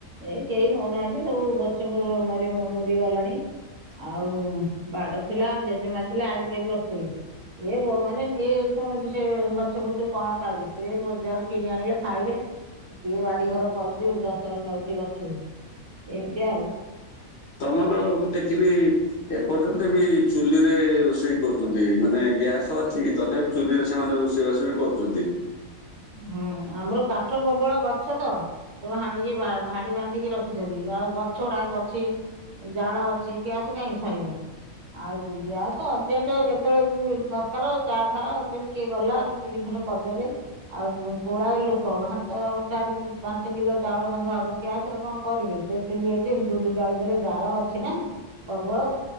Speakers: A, on the right; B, on the left.
A: ଏ କେହି ନଉନାହାନ୍ତି ସବୁ ଗଛ ମ ମରି ମରିଗଲାଣି। ଆଉ ବାଡ ଥିଲା ଆମ ଜେଜେମା ଥିଲା ଆଇତିି କରି ରଖିଥୁଲେ। ଏ ବୋହୁ ମାନେ ସିଏ ଶୁଣୁଚି। ସେ ଏ ଗଛ ପତ୍ର ରୁ କଣ ପାଇବେ ସେ ବଜାରୁ କିଣି ଆଣିଲେ ଖାଇବେ। କିଏ ବାଡି ଘର କରୁଚି ଯତ୍ନ ନଉଚି ଗଛକୁ ଏମିତି ଆଉ।
B: ତମର ମୁଁ ଦେଖିଲି। ଏପର୍ଯ୍ୟନ୍ତ ବି ଚୁଲିରେ ରୋଷେଇ କରୁଚନ୍ତି ମାନେ ଗ୍ୟାସ ଅଛି ତଥାପି ଚୁଲିରେ ସେମାନେ ରୋଷେଇବାସ ବି କରୁଚନ୍ତି।
A: ହଁ ଆମର କାଠ ପ୍ରବଳ ଗଛ ତ। ସବୁ ହାଣିକି ବା ଭାଡି ବାନ୍ଧିକି ରଖିଛନ୍ତି ଆଉ ଗଛ ଗୁଡାକ ଅଛି। ଜାଳ ଅଛି ଗ୍ୟାସ୍ କାହିଁକି ସାରିବେ। ଆଉ ଦୁ ଗ୍ୟାସ୍ ଅର୍ଜେଣ୍ଟେ କେତେବେଳେ ବାପାର ଚା ଫା ଅର୍ଜେଣ୍ଟେ କିଏ ଗଲା ରୁଟି ଦି ଖଣ୍ଡ କରିଦେବେ। ଆଉ ପୋଳାଏ ଲୋକ ଭାତ ଚାରି ପାଞ୍ଚ କିଲୋ ଚାଉଳ ରନ୍ଧା ହବ ଗ୍ୟାସ ରେ କଣ କରିବେଏ ତେ। ଚୁଲିରେ ଯେ ଢୋ ଢୋ ଜାଳ ଦେଲେ ଜାଳ ଅଛି ନା କରିଦବା।